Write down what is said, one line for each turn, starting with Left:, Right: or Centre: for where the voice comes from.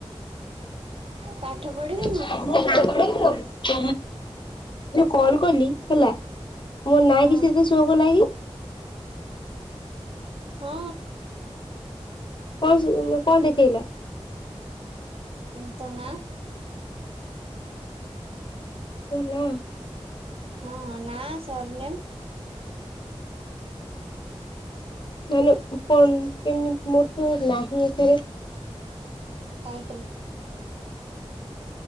Right: ପାଠ ପଢିବୁନୁ?
Left: <unintelligible> କଲ କଲି ହେଲା । ମୋ ନାଁ
Right: ହଁ
Left: କିଛି ଏବେ ଶୋ କଲାକି?
Right: ହଁ।
Left: କଣ ଶୋ କଲା କଣ ଦେଖେଇଲା?
Right: ଉଁ ତୋ ନା।
Left: ମୋ ନାଁ।
Right: ହଁ ନାଁ ସର ନେମ୍ ।
Left: ମାନେ କଣ କେମିତି ମୋର ତ ନାହିଁ ଏଥିରେ ।
Right: ଟାଇଟେଲ୍ ।